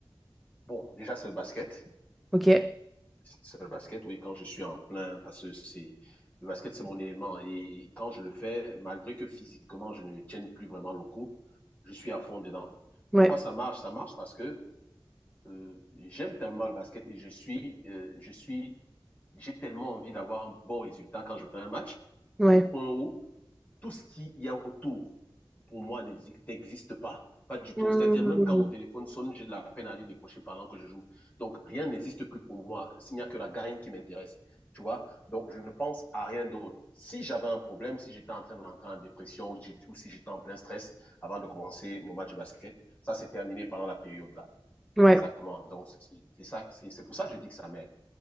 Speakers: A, on the left; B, in the centre.
A: Bon, déjà, c'est le basket.
B: Ok?
A: C'est le basket, oui, quand je suis en plein, parce que c'est le basket, c'est mon élément. Et quand je le fais, malgré que physiquement, je ne tienne plus vraiment le coup, je suis à fond dedans.
B: Ouais,
A: Pourquoi ça marche? Ça marche parce que euh, j'aime tellement le basket et je suis, euh, je suis, j'ai tellement envie d'avoir un bon résultat quand je fais un match,
B: ouais.
A: au point où tout ce qu'il y a autour, pour moi, n'existe pas. Pas du
B: Mmh.
A: tout. C'est-à-dire, même quand mon téléphone sonne, j'ai de la peine à aller décrocher pendant que je joue. Donc, rien n'existe plus pour moi. Il n'y a que la gagne qui m'intéresse. Tu vois? Donc, je ne pense à rien d'autre. Si j'avais un problème, si j'étais en train d'entrer en dépression ou, ou si j'étais en plein stress avant de commencer mon match de basket, ça, c'est terminé pendant la période-là.
B: Ouais,
A: C'est exactement. Donc, c'est ça, c'est pour ça que je dis que ça m'aide.